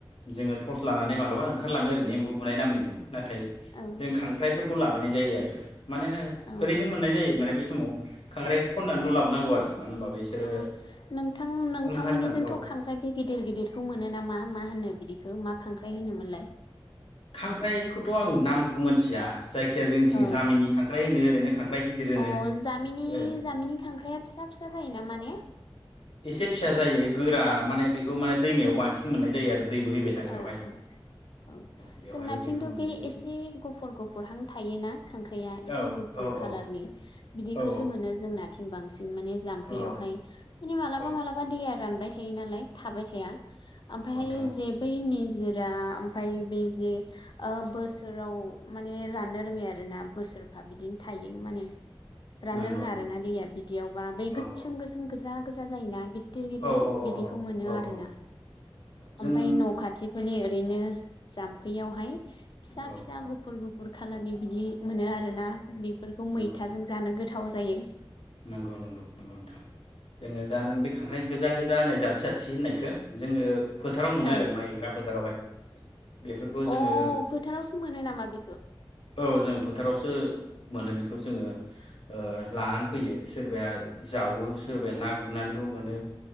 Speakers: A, on the left; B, on the left.
A: जोङो' लानानै मालाबा ओंखारलाङो ओरैनो एमबु बुनाय नामायनो। नाथाय
B: औ
A: जों खांख्राइफोरखौ लाबो माने जायो आरो। माने
B: औ
A: ओरैनो मोननाय जायो माने बै समाव खांख्राइ खननानैल' लाबो नांगौ आरो। मानो होनबा बिसोरो
B: अ नोंथां नोंथांमोननिजोंथ'
A: ओंखारो नालाय औ
B: खांख्राइ बे गिदिर गिदिरखौ मोनो नामा। मा होनो बिदिखौ मा खांख्राइ होनोमोनलाय।
A: खांख्राइखौथ' आं नामखौ मोनथिया। जायखि जाया जोंनिथिं
B: ओ
A: जामिननि खांख्राइ होनो। <unintelligible> होनो
B: अ जामिनि
A: ओ
B: जामिनि खांख्राया फिसा फिसा जायोना माने
A: एसे फिसा जायो गोरा माने बेखौ माने दैमायाव बांसिन मोननाय जायो आरो। दै बोहैबाय थाग्रायावहाय
B: औ औ औ
A: बेवहाय
B: जोंनाथिंथ'
A: बेखौ मोननाय
B: बे
A: जायो
B: एसे गुफुर गुफुरहां थायोना खांख्राइआ एसे
A: औ
B: गुफुर
A: औ
B: खाालारनि
A: औ
B: बिदिखौसो
A: औ
B: मोनो जोंनाथिं बांसिन। माने जाम्फै
A: औ
B: आवहाय मालाबा
A: औ
B: मालाबा दैया रानबाय थायो नालाय थाबाय थाया। ओमफायहायो
A: नोंथां औ
B: जे निजोरा ओमफाय बे जे ओ बोसोराव माने राननो रोङो आरोना बोसोरफा बिदिनो थायो माने राननो
A: नंगौ
B: रोङा
A: नंगौ
B: आरोना दैया बिदियावबा बै
A: औ
B: गोसोम
A: औ
B: गोसोम गोजा गोजा जायोना गिदिर गिदिर
A: औ औ औ
B: बिदिखौ मोनो
A: औ
B: आरोना
A: औ जों
B: ओमफाय न' दिफोरनि ओरैनो जाम्फै बेयावहाय फिसा
A: औ
B: फिसा गुफुर गु गुर खालारनि बिदि मोनो आरो ना। बेफोरखौ
A: नंगौ
B: मैथाजों जानो गोथाव। जायो।
A: नंगौ नंगौ नंगौ नोंथां जोङो दा नों बे खांख्राइ गोजा गोजा होननाय <unintelligible> थि होननायखो जोङो फोथाराव मोनो
B: औ
A: आरो माइ गायग्रा फोथारावहाय बेफोरखौ जोङो
B: अ फोथारावसो मोनो नामा बेखौ
A: औ जों फोथारावसो मोनो बेखौ जोङो ओ लानानै फैयो सोरबाया जावो सोरबाया
B: अ
A: ना गुरनानैबो मोनो।